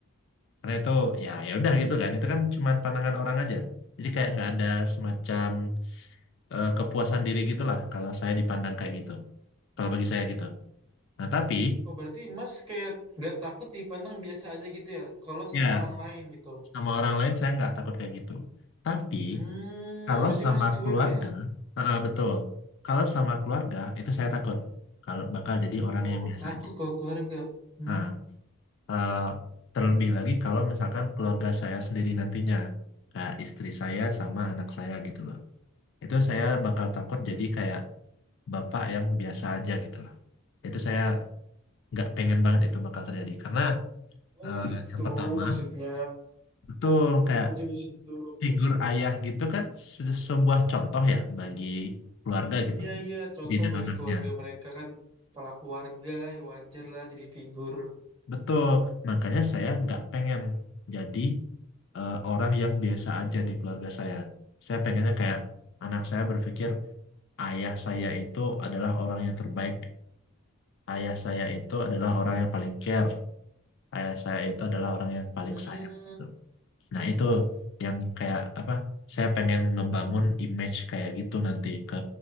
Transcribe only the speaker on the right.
Oh, berarti Mas kayak gak takut dipandang biasa aja gitu ya, kalau
sama orang lain gitu.
Hmm,
berarti
Mas cuek
ya?
Oh,
takut
kalau keluarga. Hmm,
Oh
gitu
maksudnya.
Takutnya di situ.
iya iya. Contoh
bagi
keluarga mereka kan kepala keluarga, ya wajar lah jadi figur.
Hmm,